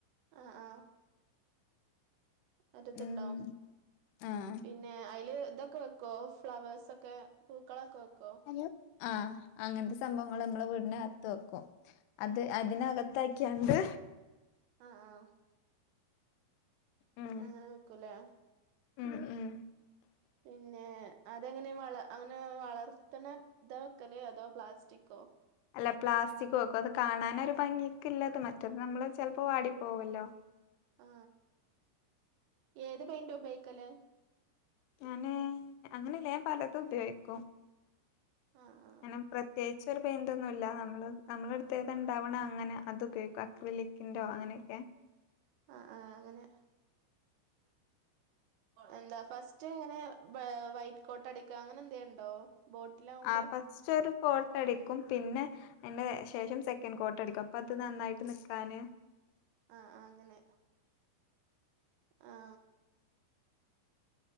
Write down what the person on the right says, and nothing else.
ആ ആ. അതിത്
ഇണ്ടാവും
പിന്നെ അതിൽ ഇതൊക്കെ വെക്കുവോ ഫ്ലവർസൊക്കെ? പൂക്കളൊക്കെ വെക്കോ
ആ ആ.
അങ്ങനെ വെക്കൂലേ.
പിന്നെ അതെങ്ങനെ വള അങ്ങനെ വളർത്തണ ഇത വെക്കലേ അതോ പ്ലാസ്റ്റിക്കോ?
ആ ഏത് പെയിൻ്റാ ഉപയോഗിക്കല്?
ആഹ് ആഹ്
ആ ആ അങ്ങനെ എന്താ ഫസ്റ്റ്ങ്ങനെ വൈറ്റ് കോട്ട് അടിക്കുക അങ്ങനെ എന്തണ്ടോ ബോട്ടിലാവുമ്പോ?
ആ അങ്ങനെ. ആ.